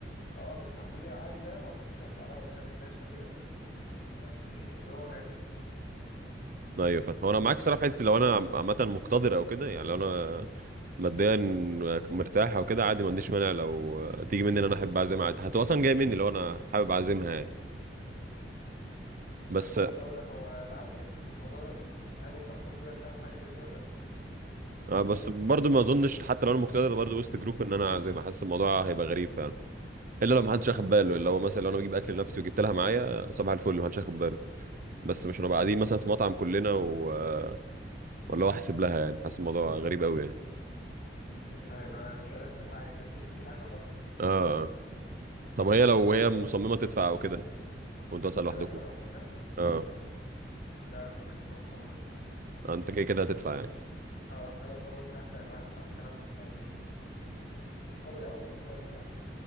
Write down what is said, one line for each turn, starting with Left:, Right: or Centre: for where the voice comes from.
Left: اه متصاحبين العادي ده ما اعتقدش هدفع لها قدام الناس وكده يعني اللي هو غريب
Right: ايوه فاهم هو انا معاك صراحه في حته
Left: بس
Right: لو انا عم- عامه مقتدر او كده يعني لو انا ماديا مرتاح او كده عادي ما عنديش مانع لو تيجي مني ان انا احب اعزمها عادي هتبقى اصلا جايه مني لو انا حابب اعزمها يعني
Left: مم.
Right: بس
Left: انا كنت لسه اقول لك هو العامل الاساسي في الموضوع ده ال- هل انت اصلا تقدر تعمل حاجه زي دي ولا لا
Right: آه، بس برضو ما اظنش حتى لو انا مقتدر برضو وسط جروب ان انا اعزمها حاسس الموضوع هيبقى غريب فعلا الا لو ما حدش
Left: حاسس
Right: اخد
Left: كده
Right: باله
Left: صح
Right: اللي هو مثلا لو انا بجيب اكل لنفسي وجبت لها معايا صباح الفل ما حدش اخد باله بس مش هنبقى قاعدين مثلا في مطعم كلنا و... آه، ولا هو احسب لها يعني حاسس الموضوع غريب قوي يعني
Left: امم هيبقى مش ألذ حاجه كده تحس ان في حاجه غلط
Right: اه آه. طب هي لو
Left: بس
Right: هي
Left: لا
Right: مصممه تدفع او كده وانتوا اصلا
Left: لو
Right: لوحدكم
Left: احنا لوحدينا
Right: اه
Left: ده مش عكس هو مصمم
Right: آه، انت كده كده هتدفع يعني
Left: اه طالما انا قلت هدفع يبقى هدفع والكلام يعني مش قابل اول النقاش يعني